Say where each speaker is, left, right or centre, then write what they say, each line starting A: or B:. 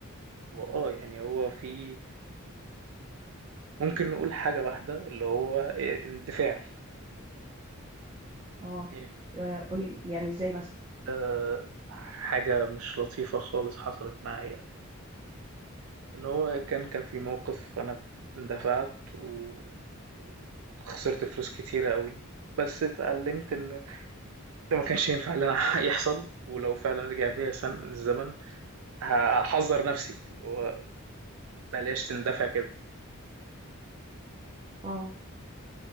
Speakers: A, on the right; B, on the right.
A: وآه، يعني هو في ممكن نقول حاجة واحدة اللي هو آآ الدفاعي،
B: اه
A: يعني
B: آه، قول يعني ازاي مثلا
A: ده حاجة مش لطيفة خالص حصلت معايا، اللي هو كان كان في موقف أنا دفعت و وخسرت فلوس كتيرة أوي، بس اتعلمت إنه ده ما كانش ينفع اللي أنا <laughs> يحصل، ولو فعلًا رجع بيا سن الزمن هاحذّر نفسي، اللي هو بلاش تندفع كده،
B: اه